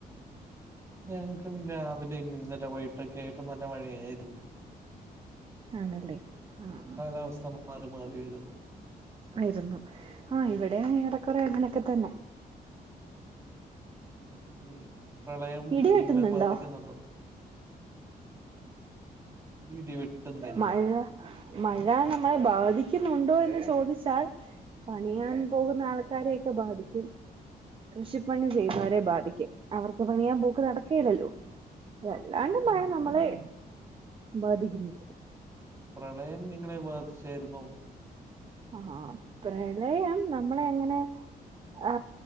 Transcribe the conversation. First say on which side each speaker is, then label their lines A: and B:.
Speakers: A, on the right (about 20°); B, on the right (about 35°).
A: ഞങ്ങൾക്കും രാവിലെയും ഇന്നലെ വകട്ടൊക്കെ ആയിട്ടും നല്ല മഴയായിരുന്നു
B: ആണല്ലേ ആഹ്
A: കാലാവസ്ഥ മാറി മാറി വരുന്നു
B: ആയിരുന്നു ആഹ ഇവിടെ ഏറെക്കറെ അങ്ങനെയൊക്കെ തന്നെ
A: ഓക്കെ പ്രളയം
B: ഇടി വെട്ടുന്നുണ്ടോ
A: നിങ്ങളെ ബാധിക്കുന്നുണ്ടോ ഇടിവെട്ടുന്നില്ല
B: മഴ മഴെ നമ്മളെ ബാധിക്കുന്നുണ്ടോ എന്ന് ചോദിച്ചാൽ പണിയാൻ പോകുന്ന ആൾക്കാരെയൊക്കെ ബാധിക്കും കൃഷിപ്പണി ചെയ്യുന്നവരെ ബാധിക്കും അവർക്ക് പണിയാൻ പോക്ക് നടക്കല്ലല്ലോ അതല്ല
A: ഉം.
B: നമ്മളെ ബാധിക്കുന്നു
A: പ്രളയം നിങ്ങളെ ബാധിച്ചായിുന്ന
B: ആഹ പ്രളയം നമ്മള എങ്ങനെ ആ